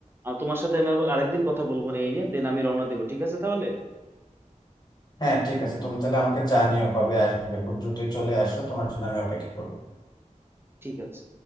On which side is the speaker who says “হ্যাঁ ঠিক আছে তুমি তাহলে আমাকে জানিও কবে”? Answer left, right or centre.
Left